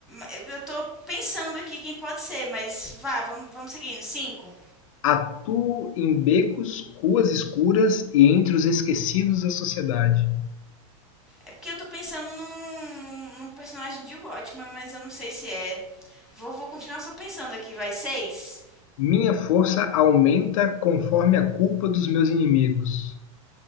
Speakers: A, in the centre; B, on the left (about 65°).
A: Eu, eu tô pensando aqui quem pode ser, mas vá, vamos, vamos seguindo. cinco
B: atuo em becos, ruas escuras e entre os esquecidos da sociedade.
A: É porque eu tô pensando num, num personagem de Watchmen, mas eu não sei se é. Vou, vou continuar só pensando aqui, vai. seis
B: Minha força aumenta conforme a culpa dos meus inimigos.